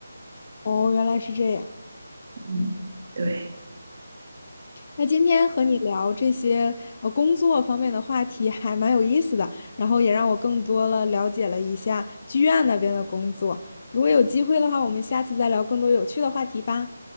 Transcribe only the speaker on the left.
哦，原来是这样。
那今天和你聊这些呃工作方面的话题还蛮有意思的，然后也让我更多了了解了一下剧院那边的工作。如果有机会的话，我们下次再聊更多有趣的话题吧，